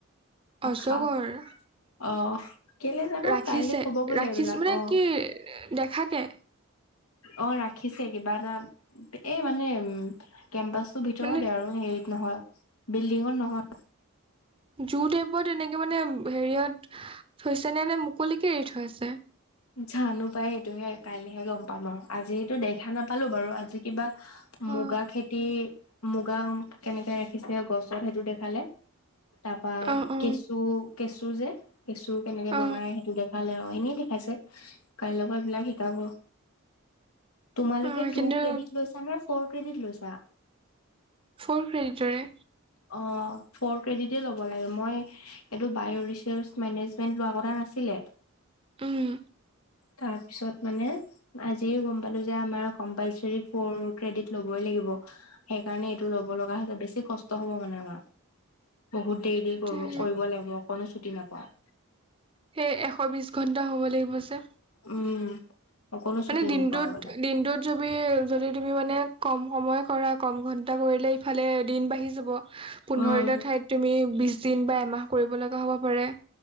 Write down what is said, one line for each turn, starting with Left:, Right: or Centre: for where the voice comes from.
Right: অজগৰ।
Left: সাপ অ কেলে জানো
Right: ৰাখিছে
Left: কাইলৈ ক'ব বোলে
Right: ৰাখিছ
Left: এইবিলাক
Right: মানে
Left: অ
Right: কি দেখাকে।
Left: অ ৰাখিছে কিবা এটা এই মানে উ কেম্পাচ। ভিতৰতে
Right: মানে
Left: আৰু হেৰিত নহয় বিল্ডিঙত নহয়।
Right: জু টাইপত এনেকে মানে হেৰিয়ত। থৈছে নে নে মুকলিকে এৰি থৈছে?।
Left: জানো পাই সটোহে কাইলৈহে গ'ম পাম আৰু, আজিতো দেখা নাপালো বাৰু, আজি। কিবা
Right: অ
Left: মুগা খেতি। মুগা কেনেকে ৰাখিছে গছত সেইটো দেখালে। তাৰপা
Right: অ অ
Left: কেঁচু কেঁচু যে। কেঁচু কেনেকে
Right: অ
Left: বনাই সেইটো দেখালে আৰু এনেই দেখাইছে। কাই লগৰ এই বিলাক শিকাব তোমালোকে
Right: অ কিন্তু
Left: টু ক্ৰেডিট লৈছা নে। ফৰ ক্ৰেডিট লৈছা।
Right: ফ'ৰ ক্ৰেডিটৰে।
Left: অ ফৰ ক্ৰেডিট ল'ব লাগে মই। এইটো বায় ৰিচৰ্চ মেনেজমেন্ট লোৱা কথা নাছিলে।
Right: উম।
Left: তাৰপিছত মানে। আজি গম পালো যে আমাৰ কম্পালচাৰি ফৰ ক্ৰেডিট ল'বই লাগিব। সেইকাৰণে এইটো ল'ব লগা হৈছে বেছি কষ্ট হব মানে আমাৰ। বহুত দেৰি দেৰি কৰোঁ,
Right: সেই
Left: কৰিব লাগিব অকণো ছুটি নাপাওঁ।
Right: সেই এশ বিছ ঘণ্টা হ'ব লাগিব যে।
Left: উম। অকনো
Right: মানে
Left: ছুটি
Right: দিনটোত
Left: নাপাওঁ মানে
Right: দিনটোত যবি যদি তুমি মানে কম সময় কৰা, কম ঘণ্টা কৰিলে ইফালে দিন বাঢ়ি যাব। পোন্ধৰ
Left: উম
Right: দিনৰ ঠাইত তুমি বিশ দিন বা এমাহ কৰিব লগা হ'ব পাৰে।